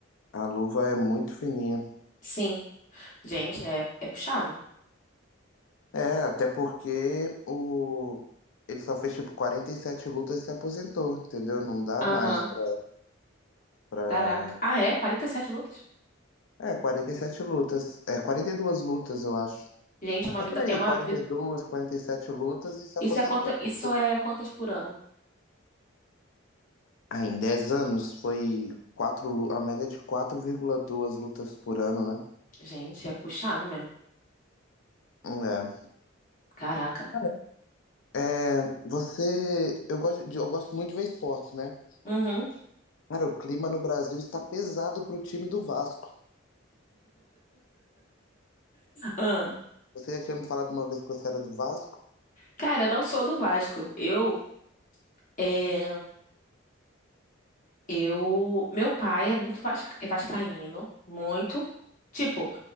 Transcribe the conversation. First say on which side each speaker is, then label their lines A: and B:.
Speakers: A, on the left; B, on the left.
A: a luva é muito fininha.
B: sim. Gente, é, é puxado.
A: É, até porque o... ele só fez tipo 47 lutas e se aposentou, entendeu? Não dá
B: Aham,
A: mais pra, pra...
B: caraca. Ah, é? quarenta e sete lutas?
A: É, 47 lutas. É, 42 lutas, eu acho.
B: Gente, é uma
A: É
B: vida,
A: por aí,
B: é uma
A: 42,
B: vida.
A: sete lutas e se aposentou.
B: Isso é quanta, isso é quantas por ano?
A: Ah, em 10 anos foi quatro, lu- a média é de quatro vírgula duas lutas por ano, né?
B: Gente, é puxado mesmo.
A: É.
B: Caraca.
A: Cara, é, você. Eu gosto, de- eu gosto muito de ver esportes, né?
B: Uhum.
A: Cara, o clima no Brasil está pesado pro time do Vasco.
B: Ah.
A: Você já tinha me falado uma vez que você era do Vasco?
B: Cara, eu não sou do Vasco. Eu é... Eu, meu pai é muito vas- é vascaíno, muito. Tipo,